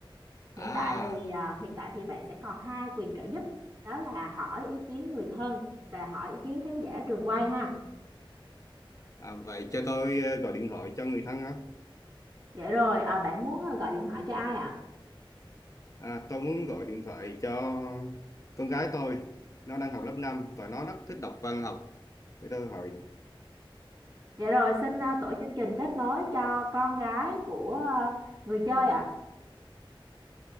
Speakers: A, on the right; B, on the left.
A: Hiện
B: à,
A: tại thì à, hiện tại thì bạn sẽ còn hai quyền trợ giúp Đó là hỏi ý kiến người thân và hỏi ý kiến khán giả trường quay ha
B: à vậy cho tôi ờ, gọi điện thoại cho người thân ha
A: Dạ rồi à, bạn muốn à, gọi điện thoại cho ai ạ?
B: à, tôi muốn gọi điện thoại cho con gái tôi nó đang học lớp 5 và nó rất thích đọc văn học để tôi hỏi
A: Dạ rồi xin à, tổ chương trình kết nối cho con gái của à, người chơi ạ